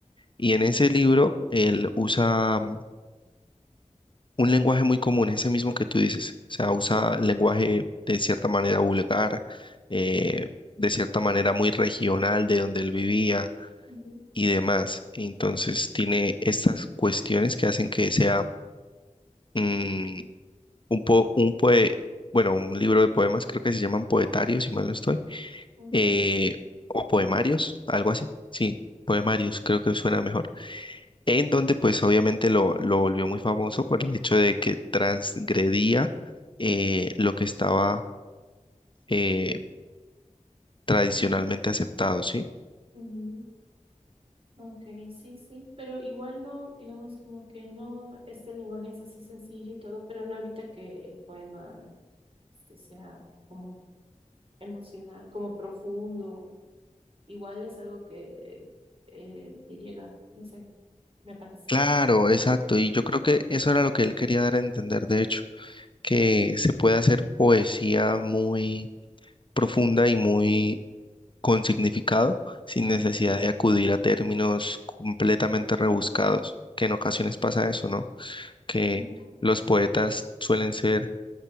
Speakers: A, on the left; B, on the right.
A: Y en ese libro él usa mm, un lenguaje muy común, ese mismo que tú dices. O sea, usa lenguaje de cierta manera vulgar, eh, de cierta manera muy regional de donde él
B: ujú,
A: vivía
B: ujú,
A: y demás. Entonces tiene estas cuestiones que hacen que sea mm, un po- un poe- bueno, un libro de poemas, creo que se llaman poetarios, si mal no estoy,
B: mm,
A: eh,
B: ya,
A: o poemarios, algo así. Sí, poemarios, creo que suena mejor en donde pues obviamente lo, lo volvió muy famoso por el hecho de que transgredía eh, lo que estaba eh, tradicionalmente aceptado, ¿sí?
B: ujú. Ok, sí, sí, pero igual no, digamos como que no, este lenguaje es así sencillo y todo, pero no evita que el poema este, sea como emocional, como profundo. Igual es algo que eh, te llega, no sé, me parece.
A: Claro, exacto,
B: Ajá.
A: y yo creo que eso era lo que él quería dar a entender, de hecho, que
B: Mm,
A: se puede hacer poesía muy profunda y muy con significado sin
B: Ujú,
A: necesidad de acudir a términos completamente rebuscados, que en ocasiones pasa eso, ¿no? Que
B: ujú.
A: los poetas suelen ser